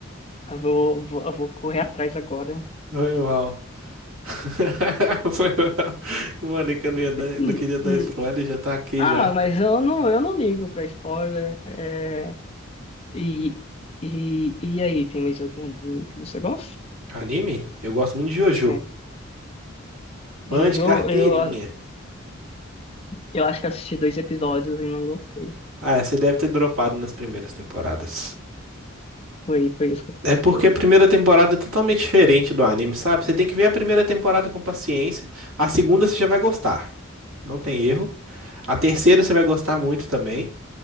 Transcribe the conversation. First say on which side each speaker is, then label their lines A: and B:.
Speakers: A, on the left; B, on the right.
A: Eu vou, vou- eu vou correr atrás agora.
B: Foi mal. <laughs> Foi mal. Eu falei que eu não ia dar,
A: Hum,
B: não queria dar
A: hum.
B: spoiler, já tá aqui
A: Ah,
B: já.
A: mas eu não, eu não ligo pra spoiler. É, e, e, e aí, tem mais algum anime que você gosta?
B: Anime? Eu gosto muito de Jojo.
A: É.
B: Fã
A: Jojo,
B: de carteirinha.
A: eu, a- eu acho que assisti dois episódios e não gostei.
B: Ah, você deve ter dropado nas primeiras temporadas.
A: Foi, foi isso que aconteceu.
B: É porque a primeira temporada é totalmente diferente do anime, sabe? Você tem que ver a primeira temporada com paciência. A segunda você já vai gostar. Não tem erro. A terceira você vai gostar muito também.